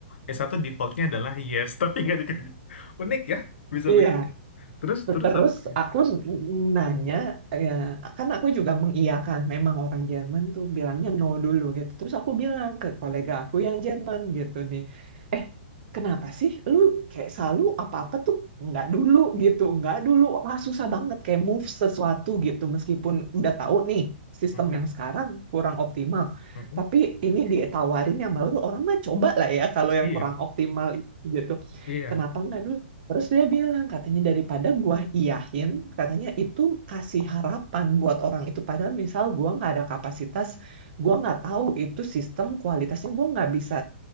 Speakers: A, on the left; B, on the right.
A: yang satu defaultnya adalah yes, <laughs> tapi nggak dikerja. Unik ya, bisa
B: Iya.
A: begitu. Terus terus
B: Terus
A: apa? lagi?
B: aku nanya, ya, kan aku juga mengiyakan, memang orang Jerman tuh bilangnya no dulu gitu. Terus aku bilang ke kolega aku yang Jerman gitu nih, eh kenapa sih lu kayak selalu apa-apa tuh nggak dulu gitu, nggak dulu, wah susah banget kayak move sesuatu gitu, meskipun udah tahu nih sistem
A: Mm-mm.
B: yang sekarang kurang optimal.
A: Mm-mm.
B: Tapi ini ditawarin yang baru, orang mah coba lah ya kalau yang
A: Iya,
B: kurang optimal gitu.
A: iya.
B: Kenapa nggak dulu? Terus dia bilang, katanya daripada gua iyahin, katanya itu kasih harapan buat orang itu. Padahal misal gua nggak ada kapasitas, gua nggak tahu itu sistem kualitasnya, gua nggak bisa